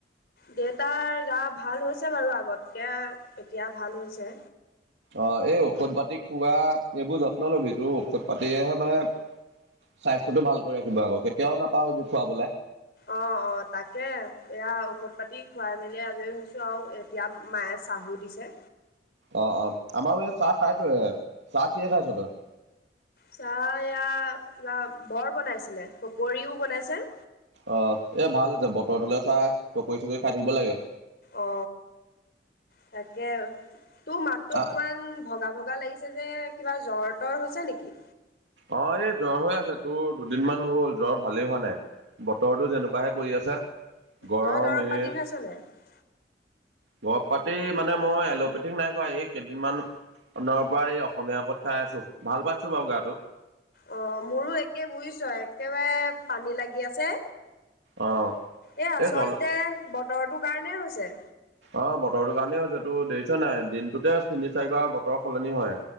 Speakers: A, on the left (about 60°); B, on the right (about 90°).
A: দেউতাৰ গা ভাল হৈছে বাৰু আগতকৈ এতিয়া ভাল হৈছে।
B: অ এই ঔষধ পাতি খোৱা এইবোৰ যত্ন লবি তোৰ ঔষধ পাতিয়েহে মানে। স্বাস্থ্যটো ভাল কৰি ৰাখিব আকৌ কেতিয়াও নাপাহৰিবি খুৱাবলৈ।
A: অ, অ তাকে এয়া ঔষধ পাতি খুৱাই মেলি আজৰি হৈছো আৰু। <unintelligible> এতিয়া মায়ে চাহু দিছে।
B: অ, অ আমাৰো এই চাহ খাইছোঁহে চাহ কিহেৰে খাইছোঁ তই।
A: চাহ এয়া কিবা বৰ বনাইছিলে পকৰীও বনাইছে।
B: অ এ ভাল হৈছে বতৰটোলৈ চাই পকৰী চকৰি খাই থাকিব লাগে।
A: অ তাকে তোৰ মাততো অকমান
B: অ',
A: ভগা, ভগা লাগিছ ছে যে কিবা জ্বৰ তৰ হৈছে নেকি।
B: অ এই জ্বৰ হৈ আছে তোৰ দুদিনমান হ'ল জ্বৰ ভালেই হোৱা নাই। বতৰটো যেনেকুৱাহে কৰি আছে গৰম
A: তই দৰৱ
B: এ।
A: <unintelligible>
B: দৰৱ পাতি মানে মই এলোপেথিক নাই খোৱা এই কেইদিনমান। খনৰ পৰা এই অসমীয়া ঔষধ খাই আছোঁ ভাল পাইছোঁ বাৰু গাটো।
A: অ মোৰো একে বুজিছোঁ একেবাৰে পানী লাগি আছে।
B: অ
A: এ আচলতে
B: এই জল
A: বতৰটোৰ কাৰণে হৈছে।
B: অ বতৰটোৰ কাৰণেই হৈছে তোৰ দেখিছোঁ নে নাই দিনটোতে তিনি চাৰিবাৰ বতৰ সলনি হয়